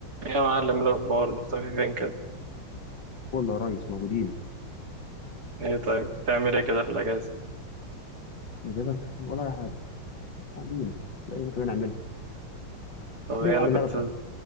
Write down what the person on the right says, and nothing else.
يا معلم إيه الأخبار مختفي فين كده؟
إيه طيب تعمل إيه كده في الأجازة؟
طب
إيه
أنا كنت